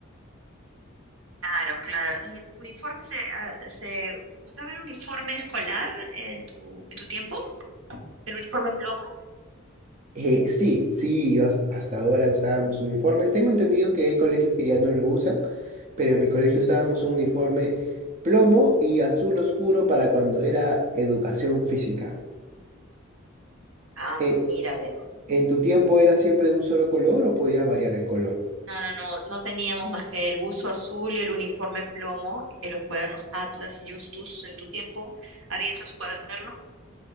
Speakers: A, on the right (about 80°); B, on the right (about 35°).
A: Claro, claro. ¿Y el uniforme se, ah, se usaba el uniforme escolar en tu, en tu tiempo? ¿El uniforme plomo?
B: Eh, sí, sí, yo has- hasta ahora usábamos uniformes. Tengo entendido que hay colegios que ya no lo usan, pero en mi colegio usábamos un uniforme plomo y azul oscuro para cuando era educación física.
A: Ah,
B: Eh,
A: mira, ve.
B: ¿en tu tiempo era siempre de un solo color o podía variar el color?
A: No, no, no, no teníamos más que el buzo azul y el uniforme plomo, eh, los cuadernos Atlas, Justus, en tu tiempo, ¿había esos cuadernos?